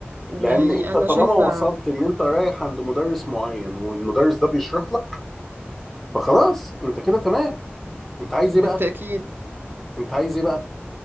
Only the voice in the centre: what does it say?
لان انت
طالما
وصلت ان انت رايح عند مدرس معين والمدرس ده بيشرح لك فخلاص انت كده تمام انت عايز ايه
بقى انت عايز ايه بقى